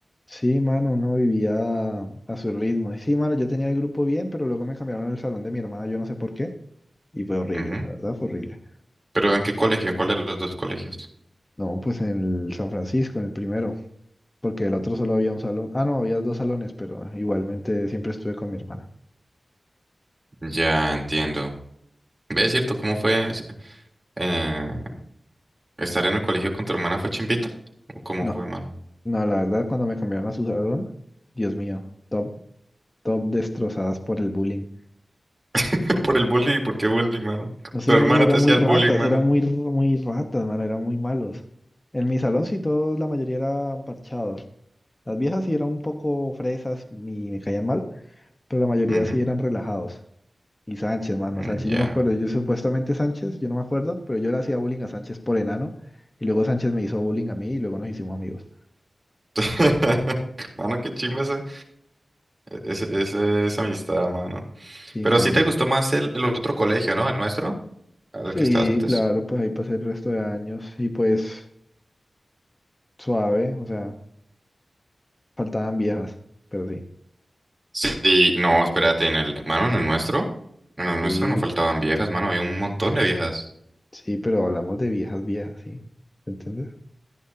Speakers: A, on the left; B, on the right.
A: Sí, mano, uno vivía a su ritmo. Y sí, mano, yo tenía el grupo bien, pero luego me cambiaron el salón de mi hermana, yo no sé por qué. Y fue horrible,
B: Ujú.
A: la verdad fue horrible.
B: Pero ¿en qué colegio? ¿En cuál de los dos colegios?
A: No, pues en el San Francisco, en el primero, porque el otro solo había un salón. Ah, no, había dos salones, pero igualmente siempre estuve con mi hermana.
B: Ya entiendo. ¿Ves cierto cómo fue eh, estar en el colegio con tu hermana fue chimbita? ¿O cómo
A: No,
B: fue, mano?
A: no, la verdad, cuando me cambiaron a su salón, Dios mío, top, top destrozadas por el bullying.
B: <laughs> Por el bullying, ¿por qué bullying, mano?
A: No sé,
B: Tu hermana
A: mano, eran
B: te hacía
A: muy ratas,
B: el bullying, mano.
A: eran muy, r- muy ratas, mano, eran muy malos. En mi salón sí todos, la mayoría eran parchados. Las viejas sí eran un poco fresas y me caían mal, pero la mayoría
B: Ujú.
A: sí eran relajados. Y Sánchez, mano,
B: mm,
A: Sánchez,
B: Ya.
A: yo me acuerdo, yo supuestamente Sánchez, yo no me acuerdo, pero yo le hacía bullying a Sánchez por enano, y luego Sánchez me hizo bullying a mí y luego nos hicimos amigos.
B: <laughs> Mano, qué chimba esa, ese- ese- esa amistad, mano.
A: Sí,
B: Pero
A: mano.
B: sí te gustó más el, el otro colegio, ¿no? El nuestro, al
A: Sí,
B: que estabas antes.
A: claro, pues ahí pasé el resto de años y pues suave, o sea, faltaban viejas, pero sí.
B: Sí, no, espérate, en el, mano, en el nuestro, en el
A: Sí,
B: nuestro no faltaban viejas, mano, había un montón de viejas.
A: sí, pero hablamos de viejas, viejas, ¿sí? ¿Entiendes?